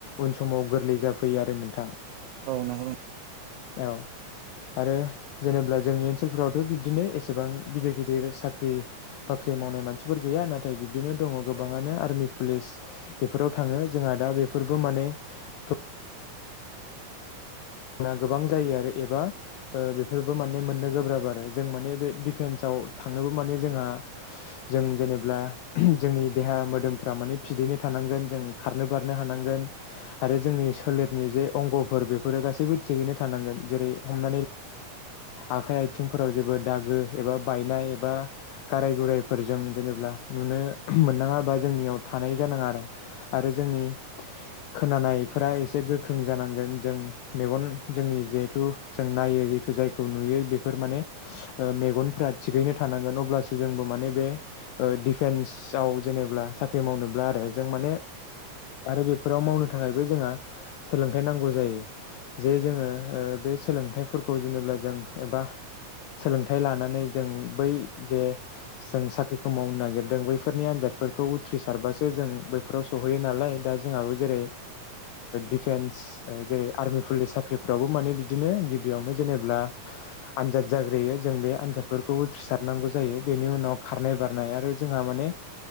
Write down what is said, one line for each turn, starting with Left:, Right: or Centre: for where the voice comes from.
Left: उन समाव गोरलै जाफैयो आरो नोंथां।
Right: औ नंगौ नों-
Left: औ। आरो जेनेबा जोंनि ओनसोलफोरावथ' बिब्दिनो एसेबां गिदिर-गिदिर साख ख्रि बाख्रि मावनाय मानसिफोर गैया नाथाय बिब्दिनो दङ गोबाङानो आर मि पुलिस बेफोराव थाङो जोंहा दा बेफोरबो माने गोब ना गोबां जायो आरो एबा ओ बेफोरबो माने मोननो गोब्राब आरो जों माने बे दिफेन्साव थांनोबो माने जोंङा जों जेनेब्ला जोंनि देहा मोदोमफ्रा माने फिदैनो थानांगोन जों खारनो बारनो हानांगोन। आरो जोंनि सोलेरनि जे अंग'फोर बेफोरो गासै सैबो थिगैनो थानांगोन जेरै हम आखाय आथिंफोराव जेबो दागो एबा बायनाय एबा गाराय गुरायफोरजों जेनेबा नुनो मोननाङा बा जोंनियाव थानाय जानाङा आरो। आरो जोंनि खोनानायफोरा एसे गोख्रों जानांगोन जों मेगन जोंनि जिहेथु जों नायो ज जायखौ नुयो बेफोर माने मेगनफोरा थिगैनो थानांगोन अब्लासो जोंबो माने बे डिफेन्सआव जेनेबा साख्रि मावनोब्ला आरो जों माने आरो बेफोराव मावनो थाखायबो जोंहा सोलोंथाय नांगौ जायो जे जोङो बे सोलोंथाइफोरखौ जेनेब्ला जों एबा सोलोंथाइ लानानै जों बै जे जों साख्रिखौ मावनो नागिरदों बैफोरनि आनजादफोरखौ उथ्रिसारबासो जों फोराव सहैयो नालाय दा जोंहाबो जेरै दिफेन्स जेरै आर्मिफोरनि साख्रिफ्रावबो माने बिदिनो गिबियावनो जेनेब्ला आनजाद जाग्रोयो जों बे आनजादफोरखौ उथ्रिसारनांगौ जायो बेनि उनाव खारनाय बारनाय आरो जोंहा माने